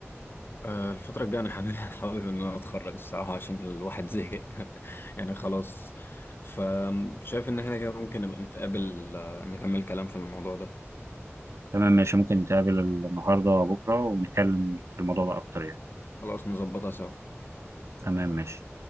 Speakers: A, on the left; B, on the right.
A: آه الفترة الجاية انا حابب <laughs> حابب ان انا اتخرج الصراحة عشان الواحد زهق <laughs> يعني خلاص فشايف ان احنا كده ممكن نبقى نتقابل آه، نكمل كلام في الموضوع ده
B: تمام ماشي ممكن نتقابل النهارده وبكره ونتكلم في الموضوع ده اكتر يعني
A: خلاص نظبطها سوا
B: تمام ماشي